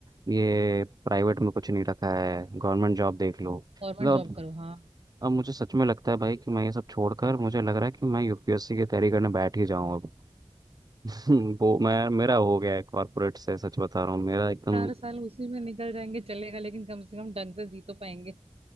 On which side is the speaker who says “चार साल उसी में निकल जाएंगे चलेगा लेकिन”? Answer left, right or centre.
Right